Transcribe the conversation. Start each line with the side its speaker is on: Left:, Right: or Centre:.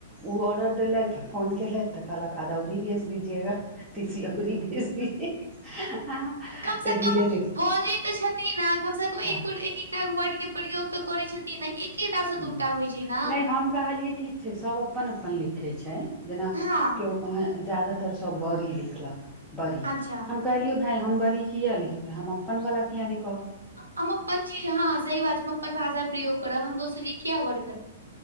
Centre: ओ ऑर्डर देलैथ फोन केलैथ तऽ कहलक अदौरी भेज दीजएगा तसीओरी भेज दीजिये तऽ
Right: कम से कम
Centre: धीरे धीरे
Right: <unintelligible>
Centre: हँ
Right: तैगो वर्ड केँ प्रयोग तऽ करै छथिन न एकेटा से
Centre: हूँ
Right: दूटा होइ छै न
Centre: नहि हम कहलिए ठीक छै सब अपन अपन लिखै छै जेना
Right: हँ
Centre: केओ जादातर सब बड़ी लिखलक बड़ी
Right: अच्छा
Centre: हम कहलियै भाय हम बड़ी कियै लिखबै हम अपनवला किएक नै कहब
Right: हम अपन चीज हँ सही बात छै हम अपन भाषा प्रयोग करब हम दोसरी केँ किया वर्ड करबय